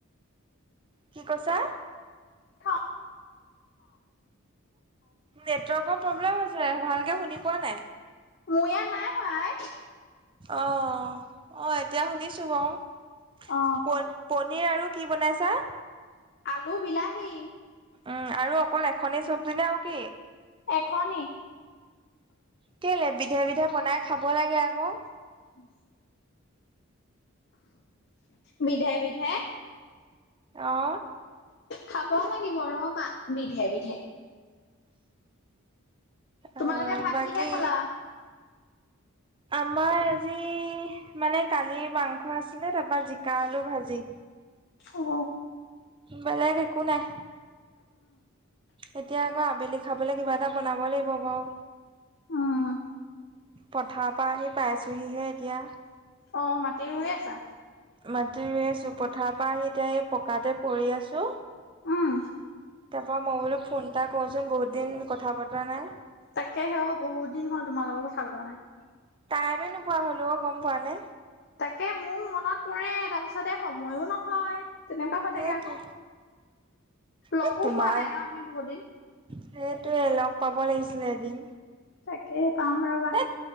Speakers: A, on the right; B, on the left.
A: কি কৈছা?
B: খাওঁ
A: নেটৱৰ্কৰ প্ৰব্লেম হৈছে ভাল কে শুনি পোৱা নাই।
B: মোৰ ইয়াত নাই হোৱা আই
A: অ আহ এতিয়া শুনিছো বওঁ।
B: অ
A: পনীৰ আৰু কি বনাইছা?
B: আলু, বিলাহী।
A: উম আৰু অকল এখনেই চবজি নে আও কি
B: এখনি
A: কেলে বিধে বিধে বনাই, খাব লাগে আকৌ।
B: উম। বিধে বিধে।
A: অ।
B: খাব লাগিব ৰবা। বিধে বিধে তোমালোকে
A: অ
B: ভাত
A: বাকী?
B: কিহে খালা
A: আমাৰ আজি মানে কালিৰ মাংস আছিলে তাৰপা জিকা, আলু ভাজি।
B: অ।
A: বেলেক একো নাই। এতিয়া আকৌ আবেলি খাবলে কিবা এটা বনাব লাগিব বাৰু।
B: উম।
A: পথাৰৰ পৰা আহি পাইছোহি হে এতিয়া।
B: অ মাটি ৰুই আছা?
A: মাতি ৰুই আছো পথাৰৰ পৰা আহি এতিয়া এই পকাতে পৰি আছো।
B: উম
A: তাৰপা মই বোলো ফোন এটা কচোন বহুত দিন কথা পতা নাই।
B: তাকে হে অ বহুত দিন হ'ল তোমাৰ লগৰ কথা পতা নাই।
A: টাইমে নোপোৱা হ'লো অ গম পোৱানে।
B: তাকে মোৰ মনত পৰে তাৰপিছতে সময়ো নহয়। তেনেকুৱা হৈ
A: সেইটোৱে
B: থাকে আকৌ, লগো
A: এই তোমাক
B: পোৱা নাই ন আমি বহুত দিন।
A: সেইটোয়ে লগ পাব লাগিছিলে এদিন।
B: তাকে পাম আৰু।
A: এ